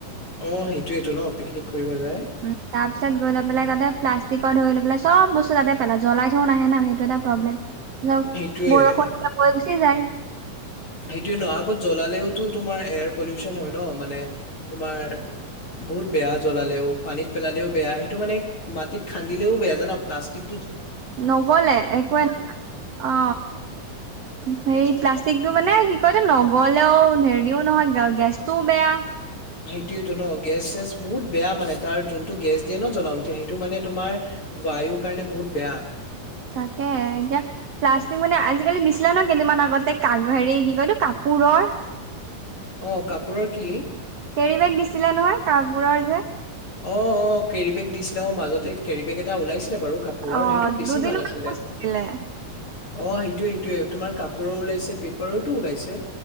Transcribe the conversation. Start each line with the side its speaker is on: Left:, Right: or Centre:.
Left: অ সেইটোয়েতটো ন পিকনিক কৰিব যায়
Right: উম তাৰ পিছত গৈলে পেলাই তাতে প্লাষ্টিক ধৰি ল পাই চব বস্তু তাতে পেলা জ্বলাই থও নাহে ন সেইটো এটা পব্লেম। যাওক
Left: সেইটোয়ে
Right: বৰষুণ যেতিয়া বৈ গুচিয়ে যায়
Left: সেইটোৱে ন আগত জ্বলালেওতো তোমাৰ এয়াৰ পলিউচন হয় ন মানে তোমাৰ বহুত বেয়া জ্বলালেও পানীত পেলালেও বেয়া সেইটো মানে মাটিত খান্দিলেও বেয়া জানা প্লাষ্টিক
Right: নগলে একোৱে অ হে প্লাষ্টিকটো মানে কি কয়তো নগ'লেও হেৰিও নহয় গেছটোও বেয়া
Left: সেইটোয়েটো ন গেছ চেছ বহুত বেয়া মানে তাৰ যোনটো গেছ দিয়ে ন জ্বলাও সেইটো মানে তোমাৰ বায়ুৰ কাৰণে বহুত বেয়া
Right: তাকে এতিয়া প্লাষ্টিক মানে আজিকালি দিছিলে ন কেইদিনান আগতে কা হেৰি কি কয়তো কাপ পুৰৰ
Left: অ কাপোৰৰ কি
Right: কেৰি বেগ দিছিলে নহয় কাপোৰৰ যে
Left: অ অ কেৰিবেগ দিছিলে অ মাজতে কেৰিবেগ এটা ওলাইছিল বাৰু কাপোৰৰ
Right: অ
Left: সেইটো বেছি
Right: দুদিন
Left: ভাল
Right: মান
Left: আছিলে
Right: নচলিলে
Left: অ সেইটোৱে সেইটোৱে তোমাৰ কাপোৰৰ ওলাইছে পেপাৰৰো ওলাইছে